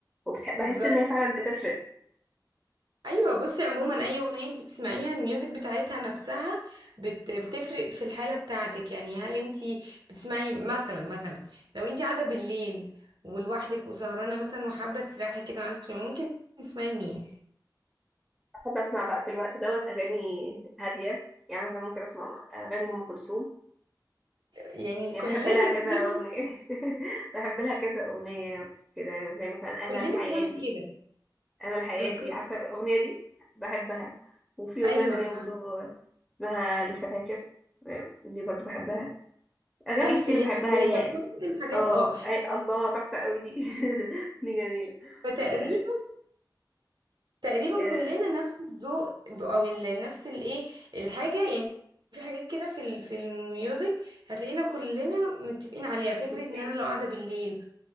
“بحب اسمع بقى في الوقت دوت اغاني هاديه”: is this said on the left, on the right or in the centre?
Centre